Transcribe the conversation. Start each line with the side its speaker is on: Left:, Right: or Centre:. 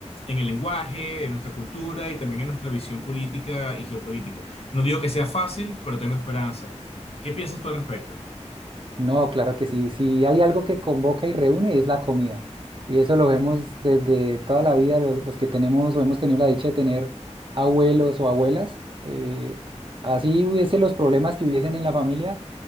Left: en el lenguaje, en nuestra cultura y también en nuestra visión política y geopolítica. No digo que sea fácil, pero tengo esperanza. ¿Qué piensas tú al respecto?
Right: No, claro que sí. Si hay algo que convoca y reúne es la comida. Y eso lo vemos desde toda la vida, los, los que tenemos o hemos tenido la dicha de tener abuelos o abuelas. eh, así hubiesen los problemas que hubiesen en la familia,